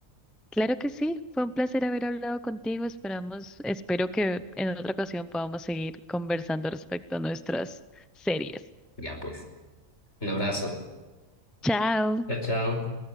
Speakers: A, in the centre; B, on the left (about 55°).
A: Claro que sí, fue un placer haber hablado contigo. Esperamos, espero que en otra ocasión podamos seguir conversando respecto a nuestras series.
B: Ya pues. Un abrazo.
A: Chao.
B: Chao, chao.